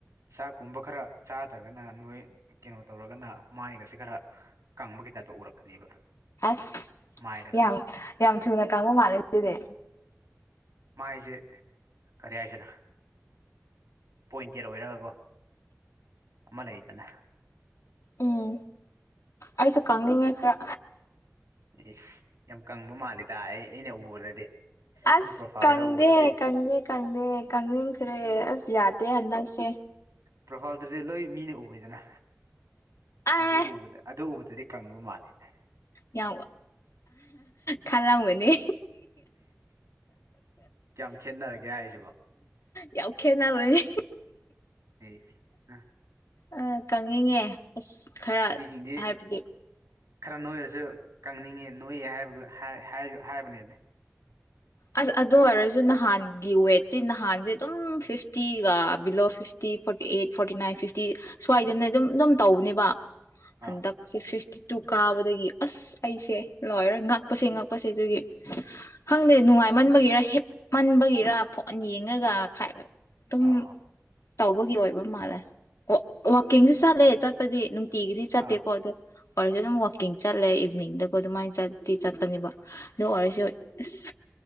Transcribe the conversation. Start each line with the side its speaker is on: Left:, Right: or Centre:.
Right: ꯆꯥꯛꯀꯨꯝꯕ ꯈꯔ ꯆꯥꯗ꯭ꯔꯒꯅ ꯅꯣꯏ ꯀꯩꯅꯣ ꯇꯧꯔꯒꯅ ꯃꯥꯏꯒꯁꯦ ꯈꯔ ꯀꯪꯕꯒꯤ ꯇꯥꯏꯞꯇ ꯎꯔꯛꯀꯅꯦꯕ
Left: ꯑꯁ
Right: ꯃꯥꯏꯗ ꯈꯔ
Left: ꯌꯥꯝ ꯌꯥꯝ ꯆꯤꯡꯅ ꯀ ꯑꯃ ꯃꯥꯂꯗꯦ
Right: ꯃꯥꯏꯁꯦ ꯀꯔꯤ ꯍꯥꯏꯁꯤꯔ ꯄꯣꯏꯟꯇꯦꯠ ꯑꯣꯏꯔꯒꯀꯣ ꯑꯃ ꯂꯩꯗꯅ
Left: ꯎꯝ ꯑꯩꯁꯨ ꯈꯪꯅꯤꯡꯉꯦ ꯈꯔ
Right: ꯏꯁꯁ ꯌꯥꯝ ꯀꯪꯕ ꯃꯥꯜꯂꯦꯗ ꯑꯩ ꯑꯩꯅ ꯎꯕꯗꯗꯤ ꯑꯗꯨꯝ
Left: ꯑꯁ
Right: ꯄ꯭ꯔꯣꯐꯥꯏꯜꯗ
Left: ꯀꯪꯗꯦ
Right: ꯎꯕꯗꯗꯤ
Left: ꯀꯪꯗꯦ ꯀꯪꯗꯦ ꯀꯪꯅꯤꯡꯈ꯭ꯔꯦ ꯑꯁ ꯌꯥꯗꯦ ꯍꯟꯗꯛꯁꯦ <unintelligible>
Right: ꯄ꯭ꯔꯣꯐꯥꯜꯗꯨꯁꯨꯦ ꯂꯣꯏ ꯃꯤꯅ ꯎꯕꯗꯅ
Left: ꯑꯦ
Right: ꯑꯗꯨ ꯎꯕꯗ ꯑꯗꯨ ꯑꯗꯨꯗꯤ ꯀꯪꯕ ꯃꯥꯜꯂꯦꯅꯦ
Left: ꯌꯥꯝ ꯈꯜꯂꯝꯒꯅꯤ
Right: ꯀꯌꯥꯝ ꯈꯦꯠꯅꯔꯒꯦ ꯍꯥꯏꯁꯤꯕꯣ
Left: ꯌꯥꯝ ꯈꯦꯠꯅꯕꯅꯦ
Right: ꯍꯁ ꯑ
Left: ꯑ ꯀꯪꯅꯤꯡꯉꯦ ꯑꯁ ꯈꯔ
Right: ꯅꯨꯄꯤꯁꯤꯡꯗꯤ
Left: ꯍꯥꯏꯕꯗꯤ
Right: ꯈꯔ ꯅꯣꯏꯔꯁꯨ ꯀꯪꯅꯤꯡꯉꯦ ꯅꯣꯏꯑ ꯍꯥꯏꯕꯗꯨ ꯍꯥꯏꯕꯅꯦꯅꯦ
Left: ꯑꯁ ꯑꯗꯨ ꯑꯣꯏꯔꯁꯨ ꯅꯍꯥꯟꯒꯤ ꯋꯦꯠꯇꯤ ꯅꯍꯥꯟꯁꯦ ꯑꯗꯨꯝ ꯐꯤꯐꯇꯤꯒ below fifty forty eight forty nine fifty ꯁ꯭ꯋꯥꯏꯗꯅ ꯑꯗꯨꯝ ꯑꯗꯨꯝ ꯇꯧꯕꯅꯦꯕ ꯍꯟꯗꯛꯁꯤ
Right: ꯑꯥ
Left: ꯐꯤꯐ ꯇꯨ ꯀꯥꯕꯗꯒꯤ ꯑꯁ ꯑꯩꯁꯦ ꯂꯣꯏꯔ ꯉꯛꯄꯁꯦ ꯉꯛꯄꯁꯦ ꯑꯗꯨꯒꯤ ꯈꯪꯗꯦ ꯅꯨꯡꯉꯥꯏꯃꯟꯕꯒꯤꯔ ꯍꯦꯞꯃꯟꯕꯒꯤꯔ ꯐꯣꯟꯟ ꯌꯦꯡꯉꯒ ꯈ ꯑꯗꯨꯝ
Right: ꯑꯥ
Left: ꯇꯧꯕꯒꯤ ꯑꯣꯏꯕ ꯃꯥꯜꯂꯦ ꯋꯥꯋꯥꯛꯀꯤꯡꯁꯨ ꯆꯠꯂꯦ ꯆꯠꯄꯗꯤ ꯇꯤꯒꯗꯤ ꯆꯇꯦꯀꯣ
Right: ꯑꯥ
Left: ꯑꯗꯨꯣ ꯑꯣꯏꯔꯁꯨ ꯑꯗꯨꯝ ꯋꯥꯛꯀꯤꯡ ꯆꯠꯂꯦ ꯏꯚꯤꯅꯤꯡꯗꯀ ꯑꯗꯨꯃꯥꯏꯅ ꯆꯠꯇꯤ ꯆꯠꯄꯅꯦꯕ ꯑꯗꯨ ꯑꯣꯏꯔꯁꯨ ꯑꯁ